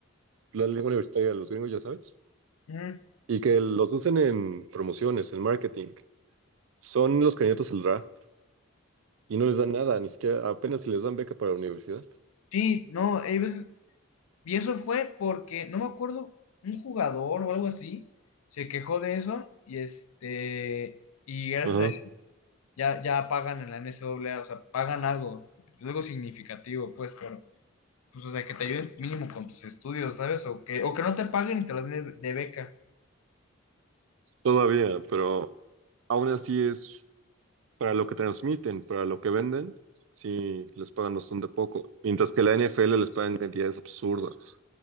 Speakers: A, on the right; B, on the left.
A: la lengua universitaria de los gringos, ya sabes,
B: ujú.
A: y que los usen en promociones, en marketing. Son los candidatos al draft y no les dan nada, ni siquiera apenas si les dan beca para la universidad.
B: Sí, no, hay veces, y eso fue porque, no me acuerdo, un jugador o algo así, se quejó de eso, y este, y gracias
A: Ajá.
B: a él, ya, ya pagan en la n C a A, o sea, pagan algo, algo significativo, pues, pero. Pues, o sea, que te ayuden mínimo con tus estudios, ¿sabes? O que, o que no te paguen y te las den de, de beca.
A: Todavía, pero aún así es para lo que transmiten, para lo que venden, sí les pagan bastante poco, mientras que la N F L les pagan cantidades absurdas.